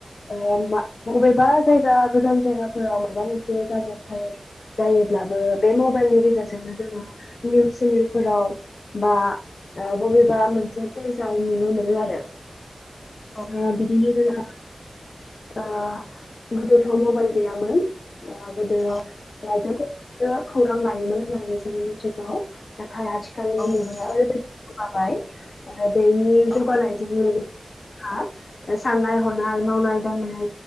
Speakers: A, on the left; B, on the left.
A: ओ मा बबेबा जायगाखो गोजान जायगाफोराव मायबा मोनसे जा नुथाय जायोब्लाबो बे मबाइलनि गेजेरजोंनो जोङो निउस चेनेलफोराव बा ओ बबेबा मोनसे पेजाव नुनो मोनो आरो ओ
B: औ
A: बिदिनो जोंङो ओ गोदोथ' मबाइल गैयामोन ओ गोदो
B: औ
A: लाइजामफोरजोंसो खौरां लायोमोन होननानै जों मिथिगौ नाथ थाय आथिखालनि मुगाया
B: नोंथां
A: ओरैबायदि जौगाबाय ओ बेनि
B: औ
A: जौगानायजों लोगोसे हा ओ साननाय हनाय मावनाय दांनाय